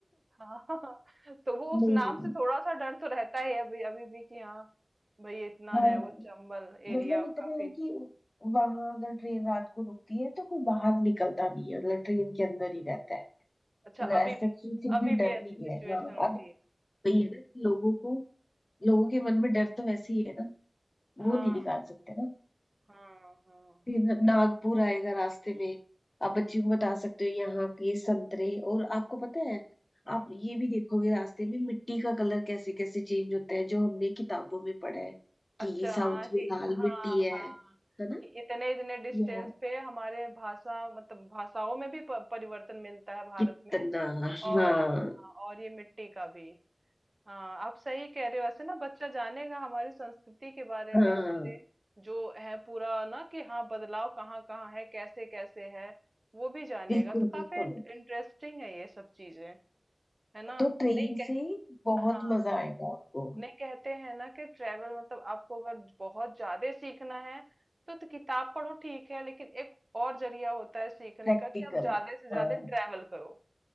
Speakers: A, on the right; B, on the left.
A: हाँ <laughs> तो वो
B: नहीं
A: उस नाम
B: नहीं
A: से थोड़ा सा डर तो रहता ही है अभी अभी भी कि हाँ भाई इतना
B: हाँ
A: है वो चंबल एरिया
B: मतलब इतना
A: काफी
B: है कि वहां अगर ट्रेन रात को रुकती है तो कोई बाहर निकलता नहीं है मतलब ट्रेन के अंदर ही रहता है
A: अच्छा
B: मतलब ऐसा
A: अभी भी
B: किसी से
A: अभी
B: भी डर
A: भी ऐसी
B: नहीं
A: सिचुएशन
B: है हाँ
A: होती
B: अभी
A: है
B: वही है ना कि लोगों को लोगों के मन में डर तो वैसे ही है ना
A: हाँ
B: वो नहीं निकाल सकते ना
A: हाँ हाँ हाँ
B: फिर नागपुर आएगा रास्ते में आप बच्ची को बता सकते हो यहाँ के संतरे और आपको पता है
A: हाँ।
B: आप ये भी देखोगे रास्ते में मिट्टी का कलर कैसे कैसे चेंज होता है जो हमने किताबों में पढ़ा है
A: अच्छा
B: कि साउथ
A: हाँ कि
B: में लाल
A: हाँ
B: मिट्टी है
A: हाँ
B: है ना
A: कि इतने इतने डिस्टेंस
B: यहाँ
A: पे हमारे भाषा मतलब भाषाओं में भी प- परिवर्तन मिलता है भारत
B: कितना
A: में
B: हाँ
A: और हाँ और ये मिट्टी का भी हाँ आप सही कह रहे हो ऐसे ना बच्चा जानेगा हमारी संस्कृति के बारे
B: हाँ
A: में हमारे जो है पूरा ना कि हाँ बदलाव कहाँ कहाँ है कैसे कैसे है वो भी जानेगा
B: बिल्कुल
A: तो काफी
B: बिल्कुल
A: इंटरेस्टिंग है ये सब चीजें है ना
B: तो ट्रेन
A: नहीं कह
B: से बहुत
A: हाँ
B: मजा आएगा आपको
A: नहीं कहते हैं ना कि ट्रेवल मतलब आपको अगर बहुत ज्यादा सीखना है तो, तो किताब पढ़ो ठीक है लेकिन एक और जरिया होता है सीखने
B: प्रैक्टिकल
A: का कि आप ज्यादा से ज्यादा
B: हाँ
A: ट्रेवल करो